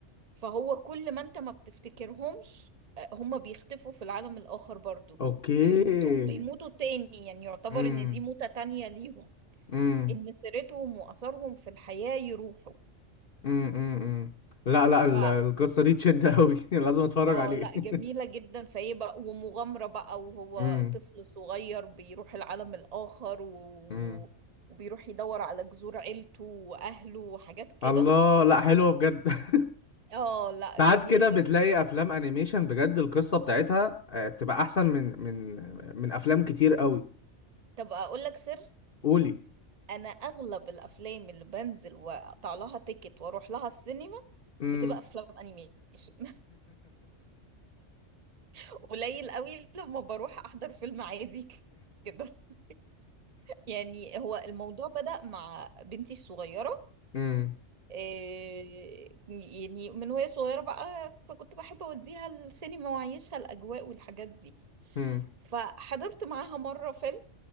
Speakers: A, on the right (about 35°); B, on the left (about 50°).
A: فهو كل ما انت ما بتفتكرهمش آه، هما بيختفوا في العالم الآخر برضو
B: أوكي
A: بيموتوا بيموتوا تاني يعني يعتبر
B: أمم،
A: ان دي موتة تانية ليهم
B: أمم،
A: ان سيرتهم وأثرهم في الحياة يروحوا
B: أمم، أمم. لا لا
A: ف
B: ال- القصة دي تشد أوي <laughs> لازم أتفرج
A: اه
B: عليه
A: لا
B: <laughs>
A: جميلة جدا فايه بقى ومغامرة بقى وهو
B: أمم،
A: طفل صغير بيروح العالم الآخر و...
B: أمم.
A: وبيروح يدور على جذور عيلته وأهله وحاجات كده
B: الله لا حلوة بجد <laughs>
A: اه لا
B: ساعات
A: جميل
B: كده بتلاقي
A: جدا
B: افلام انيميشن بجد القصه بتاعتها آه، تبقى احسن من من من افلام كتير قوي
A: طب أقول لك سر
B: قولي
A: أنا أغلب الأفلام اللي بنزل وأقطع لها تيكت وأروح لها السينما
B: امم
A: بتبقى أفلام أنيميشن <laughs> قليل قوي لما بروح أحضر فيلم عادي كده <laughs> يعني هو الموضوع بدأ مع بنتي الصغيرة
B: <laughs> امم
A: إيه، يعني من وهي صغيرة بقى فكنت بحب أوديها السينما وأعيشها الأجواء والحاجات دي
B: امم
A: فحضرت معاها مرة فيلم